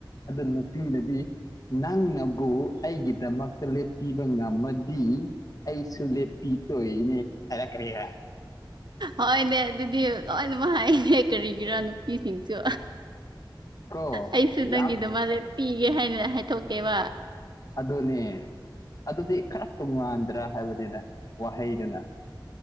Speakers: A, on the left (about 45°); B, on the right (about 65°).
A: ꯑꯗꯨ ꯅꯨꯄꯤꯅꯗꯤ ꯅꯪꯅꯕꯨ ꯑꯩꯒꯤꯗꯃꯛꯇ ꯂꯦꯞꯄꯤꯕ ꯉꯝꯃꯗꯤ ꯑꯩꯁꯨ ꯂꯦꯞꯄꯤꯒꯦ ꯍꯥꯏꯔꯛ ꯀꯅꯦꯕ
B: ꯍꯣꯏꯅꯦ ꯑꯗꯨꯗꯤ ꯂꯣꯏ ꯅꯃꯛ ꯍꯥꯏꯅꯦ ꯀꯔꯤꯒꯤꯔ ꯅꯨꯄꯤꯁꯤꯡꯁꯨ
A: ꯀꯣ
B: ꯑꯩꯁꯨ ꯅꯪꯒꯤꯗꯝꯛ
A: ꯌꯥꯝ
B: ꯂꯦꯞꯄꯤꯒꯦ ꯍꯥꯏꯅ ꯍꯥꯏꯗꯣꯛꯀꯦꯕ
A: ꯑꯗꯨꯅꯦ ꯑꯗꯨꯗꯤ ꯈꯔ ꯇꯣꯡꯉꯥꯟꯗ꯭ꯔꯥ ꯍꯥꯏꯕꯅꯤꯗ ꯋꯥꯍꯩꯗꯨꯅ